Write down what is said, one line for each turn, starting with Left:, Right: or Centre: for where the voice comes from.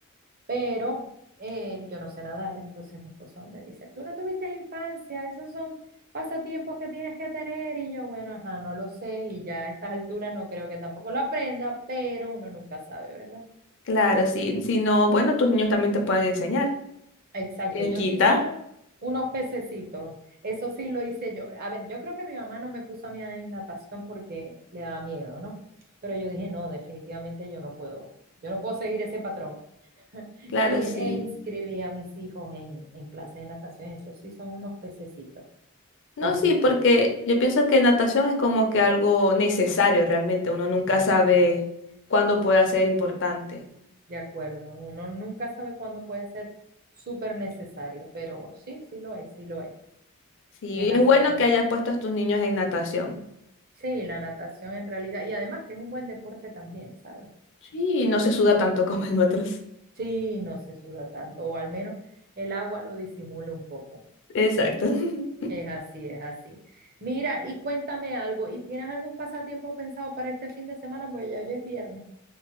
Right: pero eh, yo no sé nadar, entonces mi esposo me dice, tú no tuviste infancia, esos son pasatiempos que tienes que tener, y yo, bueno, ajá, no lo sé, y ya a estas alturas no creo que tampoco lo aprenda, pero uno nunca sabe, ¿verdad?
Left: Claro, sí. Si no, bueno, tus niños también te pueden enseñar.
Right: Exacto,
Left: ¿Quién
Right: ellos
Left: quita?
Right: sí son unos pececitos. Eso sí lo hice yo. A ver, yo creo que mi mamá no me puso a mí en natación porque le daba miedo, ¿no? Pero yo dije, no, definitivamente yo no puedo, yo no puedo seguir ese patrón. <laughs>
Left: Claro,
Right: Y
Left: sí.
Right: e inscribí a mis hijos en, en clases de natación. Esos sí son unos pececitos,
Left: No,
Right: les
Left: sí,
Right: encanta.
Left: porque yo pienso que natación es como que algo necesario realmente. Uno nunca
Right: Sí,
Left: sabe
Right: sí.
Left: cuándo pueda ser importante.
Right: De acuerdo, uno nunca sabe cuándo puede ser súper necesario, pero sí, sí lo es, sí lo es.
Left: Sí,
Right: Es así
Left: es bueno
Right: como...
Left: que hayas puesto a tus niños en natación.
Right: Sí, la natación en realidad, y además que es un buen deporte también, ¿sabes?
Left: Sí, no se suda tanto <laughs> como en otros.
Right: Sí, no se suda tanto, o al menos el agua lo disimula un poco.
Left: Exacto. <laughs>
Right: Es así, es así. Mira, y cuéntame algo, ¿y tienes algún pasatiempo pensado para este fin de semana? Porque ya hoy es viernes.